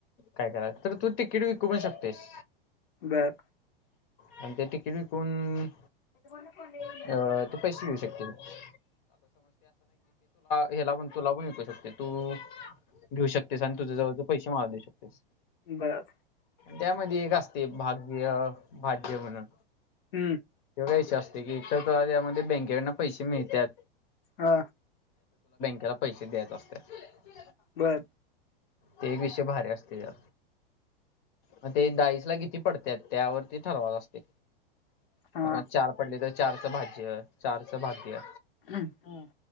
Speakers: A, on the left; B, on the left.
A: काय करा तर तू तिकीट विकू पण शकतोयस
B: बर
A: आणि ते तिकीट विकून
B: कोला को येऊ
A: अं,
B: ना.
A: तू पैसे घेऊ शकतेस हेला पण तूला पण विकू शकतोय तू घेऊ शकतेस आणि तुझ्या जवळज पैसे मला देऊ शकतेस.
B: बर
A: त्यामध्ये एक असते भाग्य भाज्य म्हणून
B: हम्म
A: तो असते की तर तुला त्यामध्ये बँकेकडनं पैसे मिळत्यात.
B: हा
A: त्याला पैसे द्यायचे असत्यात
B: बर
A: ते एक विषय भारी असतं. मग ते डाईस ला किती पडत्यात त्यावरती ठरवत असते.
B: हा
A: मग चार पडले तर चारचं भाज्य, चारचं भाग्य
B: हम् हम